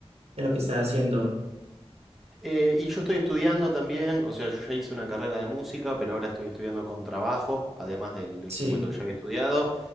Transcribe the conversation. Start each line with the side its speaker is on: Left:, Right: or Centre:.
Right: de lo que estás haciendo?
Centre: Eh, y yo estoy estudiando también, o sea, yo ya hice una carrera de música, pero ahora estoy estudiando con trabajo, además del instrumento
Right: Sí,
Centre: que ya había estudiado,